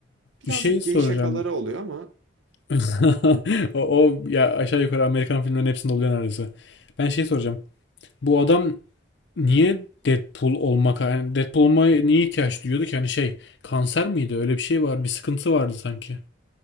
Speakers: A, on the right; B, on the left.
A: Biraz
B: Bir şey soracağım.
A: gay şakaları oluyor ama
B: <laughs>
A: hı.
B: O, o ya aşağı yukarı Amerikan filmlerin hepsinde oluyor neredeyse. Ben şey soracağım. Bu adam niye Deadpool olmak yani Deadpool olmaya niye ihtiyaç duyuyordu ki? Hani şey kanser miydi? Öyle bir şey var. Bir sıkıntı vardı sanki.